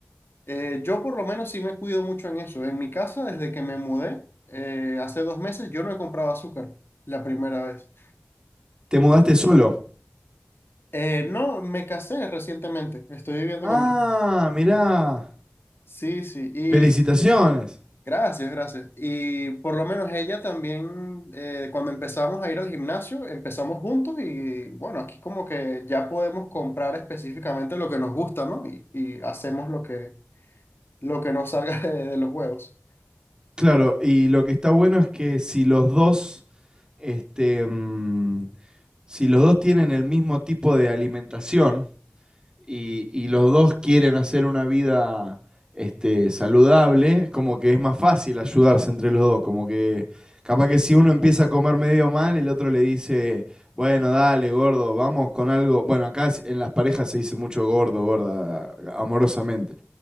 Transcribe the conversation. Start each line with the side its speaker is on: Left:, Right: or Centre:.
Left: Eh, yo por lo menos sí me cuido mucho en eso. En mi casa, desde que me mudé, eh, hace dos meses, yo no he comprado azúcar la primera vez
Right: ¿Te mudaste solo?
Left: Eh, no, me casé recientemente. Estoy viviendo
Right: Ah,
Left: con mi esposa.
Right: mirá.
Left: Sí, sí. Y
Right: Felicitaciones.
Left: gracias, gracias. Y por lo menos ella también, eh, cuando empezamos a ir al gimnasio, empezamos juntos y bueno, aquí como que ya podemos comprar específicamente lo que nos gusta, ¿no? Y, y hacemos lo que, lo que nos salga <laughs> de, de los huevos.
Right: Claro, y lo que está bueno es que si los dos, este, mm, si los dos tienen el mismo tipo de alimentación, y, y los dos quieren hacer una vida este, saludable, como que es más fácil ayudarse entre los dos, como que capaz que si uno empieza a comer medio mal, el otro le dice, bueno, dale, gordo, vamos con algo. Bueno, acá en las parejas se dice mucho gordo, gorda, amorosamente.